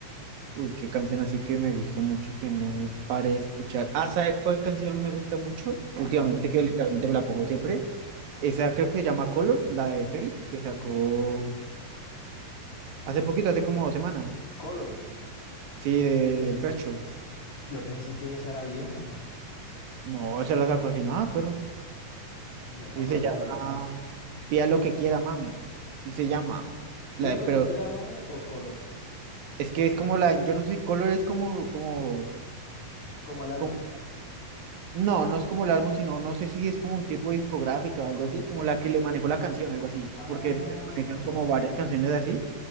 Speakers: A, on the right; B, on the left.
A: Uy, qué canción así que me guste mucho y que no pare de escuchar. Ah, ¿sabes cuál canción me gusta mucho? Últimamente,
B: ¿Cuál?
A: que literalmente me la pongo siempre. Esa creo que se llama Colors, la de Fate, que sacó hace poquito, hace como dos semanas.
B: Colors.
A: Sí, de- del First Show.
B: Yo pensé que esa era vieja, ¿no?
A: No, esa la sacó así, nada, perro.
B: Yo no
A: Sí,
B: sabía,
A: se llama
B: la verdad.
A: Pida lo que quiera, mami. Sí, se llama. La
B: Pide
A: de-
B: lo
A: pero
B: que quiera, mami, o color,
A: Es que es como la, yo no sé si Color es como, como,
B: como el álbum.
A: como- no, no es como el álbum, sino no sé si es como un tipo discográfica o algo así, como la que le manejó la canción, algo así,
B: Ah,
A: porque ellos manejan
B: o-
A: como varias canciones así,